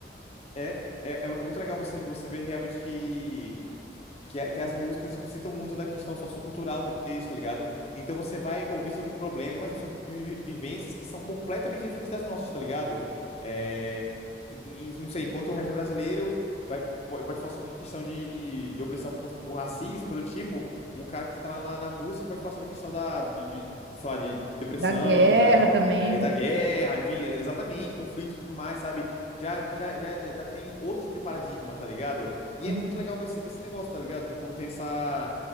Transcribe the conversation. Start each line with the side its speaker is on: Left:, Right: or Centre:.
Left: É, é, é é muito legal você, você ver realmente que. que, a- que as músicas explicitam muito da questão sociocultural deles, tá ligado? Então você vai ouvir sobre problemas e sobre vi- vivências que são completamente diferentes das nossas, tá ligado? É, e- e- não sei, enquanto o rap brasileiro vai, po- pode falar sobre questão de, de opressão por, por racismo, coisa do tipo, um cara que tá lá na, na Rússia pode falar sobre questão da, de, de- de, sei lá, de, de depressão,
Right: Da guerra
Left: tá ligado?
Right: também.
Left: É, da guerra, enfim, exatamente, conflito e tudo mais, sabe? Já, já, já, já tem outro tipo de paradigma, tá ligado? E
Right: Uhum.
Left: é muito legal ver esse, ver esse negócio, tá ligado? Quando tem essa,